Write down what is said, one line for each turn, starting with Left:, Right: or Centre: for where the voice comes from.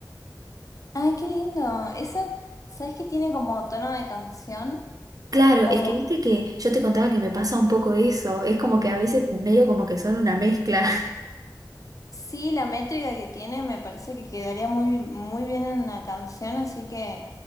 Left: Ay, qué lindo. Esa, ¿sabes que tiene como tono de canción?
Right: Claro,
Left: Como,
Right: es que viste que yo te contaba que me pasa un poco eso. Es como que a veces medio como que son una mezcla. <laughs>
Left: sí, la métrica que tiene me parece que quedaría muy, muy bien en una canción, así que,